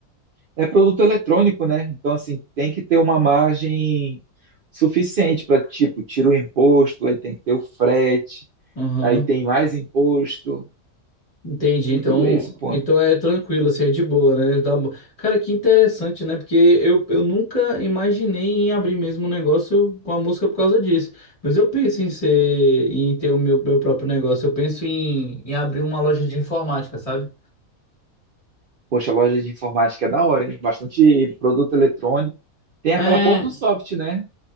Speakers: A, on the right; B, on the left.
A: é produto eletrônico, né? Então assim, tem que ter uma margem suficiente para tipo, tira o imposto, aí tem que ter o frete,
B: Aham.
A: aí tem mais imposto,
B: Entendi.
A: tem
B: Então,
A: tudo isso, pô.
B: então é tranquilo, assim, é de boa, né? Dá bo- Cara, que interessante, né? Porque eu, eu nunca imaginei em abrir mesmo um negócio com a música por causa disso. Mas eu penso em ser, em ter o meu, meu próprio negócio. Eu penso em, em abrir uma loja de informática, sabe?
A: Poxa, loja de informática é da hora, hein? Bastante produto eletrônico. Tem aquela
B: É,
A: Porto Soft, né?